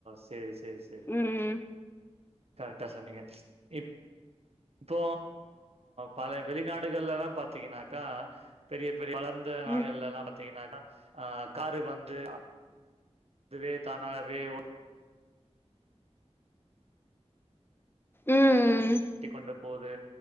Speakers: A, on the right; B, on the left.
A: செரி செரி செரி
B: ம்
A: கரெக்டா சொன்னீங்க இப் போ பல வெளிநாடுகள்லல்லா பாத்தீங்கன்னாக்கா பெரிய பெரிய வளர்ந்த நாடுகள்ல
B: ம்
A: எல்லா பாத்தீங்கன்னா ஆ காரு வந்து இதுவே தானாகவே ஒ
B: ம் ம்
A: ட்டிக்கொண்டு போது